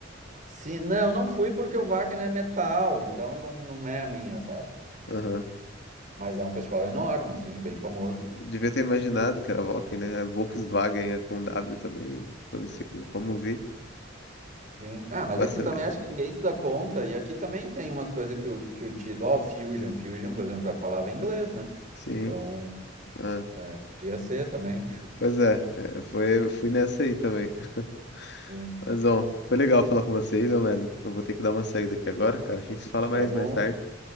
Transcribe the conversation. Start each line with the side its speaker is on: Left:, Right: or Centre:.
Right: Sim, não, não fui porque o Wacken é metal, então não, não é a minha, sabe?
Left: Aham.
Right: Mas é um festival enorme, sim, bem famoso.
Left: Devia ter imaginado que era Volkswagen, né? É Volkswagen é com W também, pronuncia como, como vi.
Right: Sim. Ah, mas
Left: Vacilei.
Right: é que eu também acho que ninguém se dá conta, e aqui também tem umas coisas que o, que o título. Ó, Fusion, Fusion, por exemplo, é a palavra em inglês, né?
Left: Sim.
Right: Então,
Left: Ah.
Right: podia ser também.
Left: Pois é, é, foi, eu fui nessa aí também. <laughs>
Right: <laughs> Sim.
Left: Mas, bom, foi legal falar com você aí, Leonardo. Eu vou ter que dar uma saída aqui agora, cara. A gente se fala mais
Right: Tá bom.
Left: mais tarde.